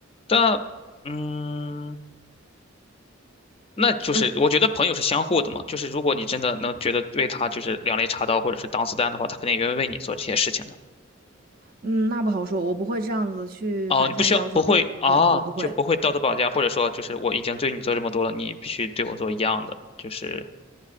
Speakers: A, on the left; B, on the right.
A: 但嗯。那就是我觉得朋友是相互的嘛，
B: 所以
A: 就是如果你真的能觉得为他就是两肋插刀或者是挡子弹的话，他肯定也意为你做这些事情的。
B: 嗯，那不好说，我不会这样子去反向要求别人，
A: 哦，你不需要不会啊，
B: 对，我不会。
A: 就不会道德绑架，或者说就是我已经对你做这么多了，你必须对我做一样的，就是